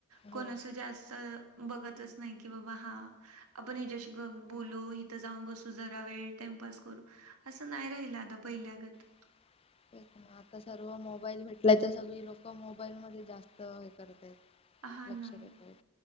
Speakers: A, on the right; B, on the left.
A: कोण
B: हो.
A: असं जास्त बघतच नाही की बाबा हा, आपण हिच्याशी ग् बोलू इथं जाऊन बसू जरा वेेळ ट् पास करू, असं नाही राहिलं आता पहिल्यागत.
B: <inaudible> आता सर्व मोबाईल भेटलाय तर सगळी लोक मोबाईल मध्ये जास्त हे करतायत.
A: हां
B: लक्ष
A: ना.
B: देतायत.